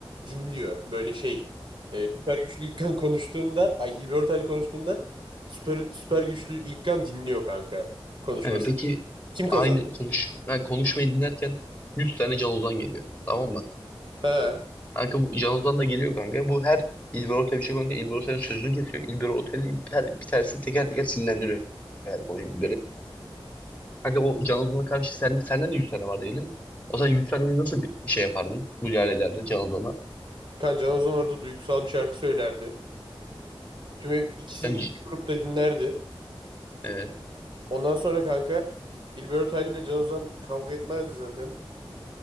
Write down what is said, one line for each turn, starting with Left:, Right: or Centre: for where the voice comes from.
Right: dinliyor böyle şey. E, süper güçlü İlkan konuştuğunda ay İlber Ortaylı konuştuğunda süper, süper güçlü İlkan dinliyor kanka konuşması.
Left: Yani peki
Right: Kim kazanır?
Left: aynı konuş yani konuşmayı dinlerken 100 tane Can Ozan geliyor. Tamam mı?
Right: Ha.
Left: Kanka bu Can Ozan da geliyor kanka. Bu her İlber Ortaylı bir şey konuşuyor. İlber Ortaylı'nın sözünü kesiyor. İlber Ortaylı her bir tanesini teker teker sinirlendiriyor. Yani konuşuyor Kanka o Can Ozan'a karşı sen, senden de 100 tane var diyelim. O zaman 100 taneyi nasıl bir şey yapardın? Müdahale ederdin Can Ozan'a.
Right: Kan Can Ozan orada duygusal bir şarkı söylerdi. Tüm ev- ikisi
Left: Ben,
Right: iki grupta dinlerdi.
Left: evet.
Right: Ondan sonra kanka İlber Ortaylı ile Can Ozan kavga etmezdi zaten.